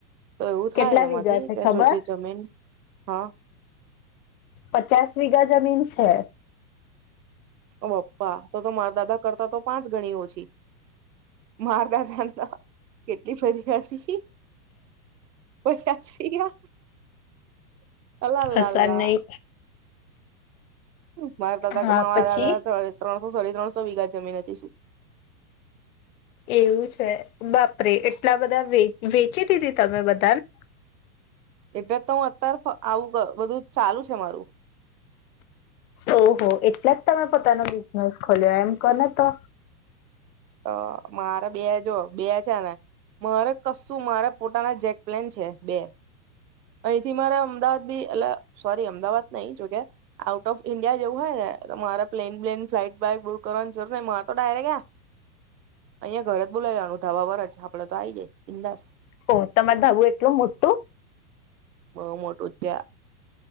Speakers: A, on the right (about 75°); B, on the left (about 55°).
A: તો એવું થાય
B: કેટલા
A: એમાંથી
B: વીઘા છે
A: કે
B: ખબર
A: જો જે જમીન હા
B: પચાસ વીગા જમીન છે.
A: ઓ પપ્પા તો તો મારા દાદા કરતા તો પાંચ ગણી ઓછી. માર દાદા ન તો કેટલી બધી હતી. ઓછા છી આ અલા
B: હસવાન
A: લા લા.
B: નહી
A: મારે તા
B: હા
A: ક <unintelligible>
B: પછી
A: દાદા ત્રણ હું સોરી ત્રણસો વીઘા જમીન હતી શું
B: એવું છે બાપરે એટલા બધા વેચી દીધી તમે બધાને
A: એટલે તો હું અત્યારે આવું બધું ચાલુ છે મારું
B: ઓહો. એટલા જ તમે પોતાનો બિઝનેસ ખોલ એમ કોને તો
A: તો મારે બે જો બે છે ને મારે કશું મારે પોતાના જેક પ્લેન છે બે. અહીંથી મારે અમદાવાદ બી અ સોરી અમદાવાદ નઈ જોકે આઉટ ઓફ ઈન્ડિયા જેવું હોય ને મારે પ્લેન બ્લેન ફ્લાઇટ બઈટ બુક કરવાની જરૂર મારે તો ડાયરેક્ટ આયા અહિયાં ઘરે જ બોલાયેવાનું ધાબા પર જ આપડે તો આઈ જાય બિન્દાસ.
B: હો તમાર ધાબું એટલું મોટું.
A: બઉુ મોટું ત્યાં